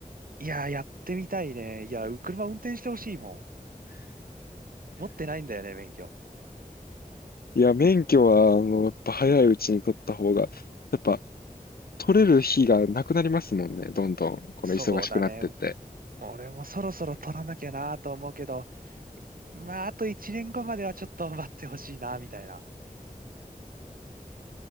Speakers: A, on the right (about 70°); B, on the left (about 80°).
A: いやー、やってみたいね。いやー、車運転してほしいもん。持ってないんだよね、免許。
B: いや、免許は、あの、やっぱ早いうちに取った方が、やっぱ取れる日がなくなりますもんね、どんどん、この忙しくなってって。
A: そうだね。俺もそろそろ取らなきゃなと思うけど、まあ、あと1年後まではちょっと待ってほしいな、みたいな。